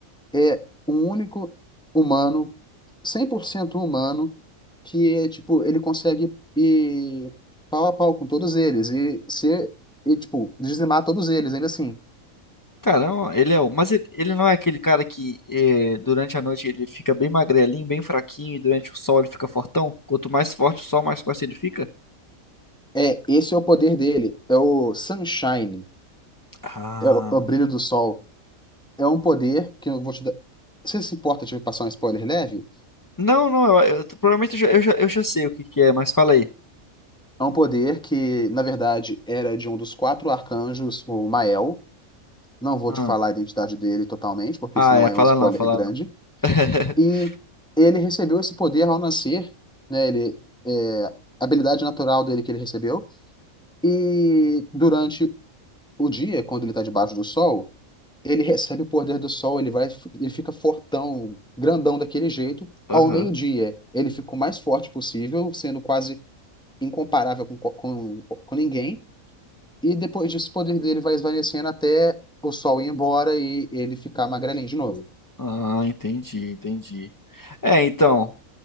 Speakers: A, in the centre; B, on the left.
A: é um único humano, 100% humano, que é, tipo, ele consegue ir pau a pau com todos eles e ser, e, tipo, dizimar todos eles, ainda assim.
B: caramba, ele é o. Mas ele, ele não é aquele cara que eh, durante a noite ele fica bem magrelinho, bem fraquinho, e durante o sol ele fica fortão? Quanto mais forte o sol, mais forte ele fica?
A: É, esse é o poder dele, é o Sunshine,
B: Ah.
A: é o, é o brilho do sol. É um poder que eu vou te dar. Você se importa de passar um spoiler leve?
B: Não, não, eu, eu- provavelmente eu já, eu já, eu já sei o que que é, mas fala aí.
A: É um poder que, na verdade, era de um dos quatro arcanjos, o Mael. Não vou
B: Ah,
A: te falar a identidade dele totalmente, porque
B: ah
A: senão
B: é,
A: aí
B: fala
A: é um spoiler
B: não, fala
A: grande.
B: não. <laughs>
A: E ele recebeu esse poder ao nascer, né? Ele, é, a habilidade natural dele que ele recebeu. E durante o dia, quando ele está debaixo do sol, ele recebe o poder do sol, ele vai, ele fica fortão, grandão daquele jeito.
B: Aham.
A: Ao meio-dia, ele fica o mais forte possível, sendo quase incomparável com, co- com, com ninguém. E depois disso, o poder dele vai esvanecendo até o sol ir embora e ele ficar magrelinho de novo.
B: Ah, entendi, entendi. É, então.